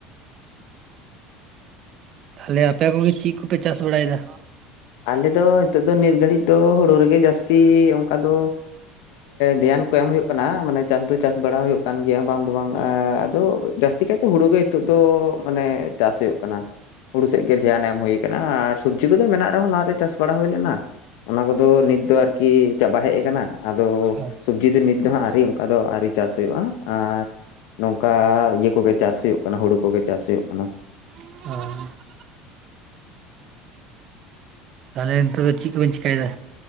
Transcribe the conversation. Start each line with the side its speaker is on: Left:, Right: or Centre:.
Right: ᱛᱟᱦᱚᱞᱮ ᱟᱯᱮ ᱠᱚᱜᱮ ᱪᱮᱫ ᱠᱚᱯᱮ ᱪᱟᱥ ᱵᱟᱲᱟᱭᱮᱫᱟ?
Left: ᱟᱞᱮ ᱫᱚ ᱱᱤᱛᱚᱜ ᱫᱚ ᱱᱤᱛ ᱜᱷᱟᱹᱲᱤᱡ ᱫᱚ ᱦᱩᱲᱩ ᱨᱮᱜᱮ ᱡᱟᱹᱥᱛᱤ ᱚᱱᱠᱟ ᱫᱚ ᱫᱷᱮᱭᱟᱱ ᱠᱚ ᱮᱢ ᱦᱩᱭᱩᱜ ᱠᱟᱱᱟ ᱢᱟᱱᱮ ᱪᱟᱥ ᱫᱚ ᱪᱟᱥ ᱵᱟᱲᱟ ᱦᱩᱭᱩᱜ ᱠᱟᱱ ᱜᱮᱭᱟ ᱵᱟᱝ ᱫᱚ ᱵᱟᱝ ᱟᱫᱚ ᱡᱟᱹᱥᱛᱤ ᱠᱟᱭᱛᱮ ᱦᱩᱲᱳ ᱜᱮ ᱱᱤᱛᱚᱜ ᱫᱚ ᱢᱟᱱᱮ ᱪᱟᱥ ᱦᱩᱭᱩᱜ ᱠᱟᱱᱟ ᱦᱩᱲᱩ ᱥᱮᱫ ᱜᱮ ᱫᱷᱮᱭᱟᱱ ᱮᱢ ᱦᱩᱭ ᱟᱠᱟᱱᱟ ᱟᱨ ᱥᱚᱵᱡᱤ ᱠᱚᱫᱚ ᱢᱮᱱᱟᱜ ᱦᱚᱞᱟ ᱫᱚ ᱪᱟᱥ ᱵᱟᱲᱟ ᱦᱳᱭ ᱞᱮᱱᱟ ᱚᱱᱟ ᱠᱚᱫᱚ ᱱᱤᱛ ᱫᱚ ᱟᱨᱠᱤ ᱪᱟᱵᱟ ᱦᱮᱜ ᱠᱟᱱᱟ ᱟᱫᱚ
Right: ᱦᱮᱸ
Left: ᱥᱚᱵᱡᱤ ᱫᱚ ᱱᱤᱛ ᱫᱚ ᱦᱟᱸᱜ ᱟᱹᱣᱨᱤ ᱚᱝᱠᱟ ᱫᱚ ᱟᱹᱣᱨᱤ ᱪᱟᱥ ᱦᱳᱭᱳᱜᱼᱟ ᱟᱨ ᱱᱚᱝᱠᱟ ᱤᱭᱟᱹ ᱠᱚᱜᱮ ᱪᱟᱥ ᱦᱳᱭᱳᱜ ᱠᱟᱱᱟ ᱦᱳᱲᱳ ᱠᱚᱜᱮ ᱪᱟᱥ ᱦᱳᱭᱳᱜ ᱠᱟᱱᱟ
Right: <unintelligible> ᱛᱟᱦᱚᱞᱮ ᱱᱤᱛᱚᱜ ᱫᱚ ᱪᱤᱜ ᱠᱚᱵᱮᱱ ᱪᱤᱠᱟᱹᱭᱮᱫᱟ